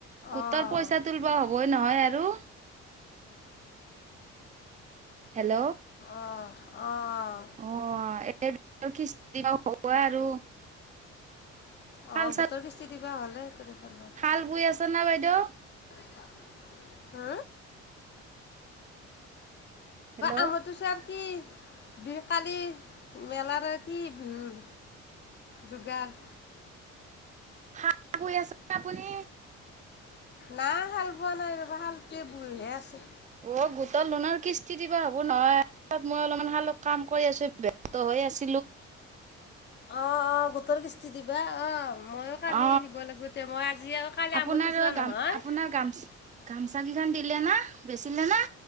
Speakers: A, on the right; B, on the left.
A: গোটৰ
B: অঁ
A: পইচা তুলব' হ'বই নহয় আৰু? হেল্ল
B: অঁ অঁ
A: অ' এই <unintelligible> হব আৰু। শাল
B: আহ
A: চাল
B: ভোটৰ কিস্তি দিবা হলে, কৰি ভালাই
A: শাল বৈ আছে না বাইদেউ
B: হা? হ
A: হেল্ল'
B: আমোতি চোৱা আৰু কি? দুই কালি মেলাৰে কি বিহুৰ জুগাৰ?
A: <unintelligible> আপুনি
B: নাই হাল বোৱা নাই ৰবা হালটে বহে আছে
A: অ গোটৰ <unintelligible> হ'ব নহয় তাত মই অলপমানাল হালত কাম কৰি আছো ব্যস্ত হৈয়ে আছো।
B: ভাবি আছিলোঁ, অ'-অ' গোটৰ কিস্তি দিবা? অ', ময়ো কালি
A: অ,
B: দিব লাগিব এতিয়া মই আজি আৰু কালি
A: আপোনাৰ
B: আমঠু চোৱা নহয়
A: গাম আপোনাৰ গামচা-গামচা কিখন দিলে না? বেছিলে না?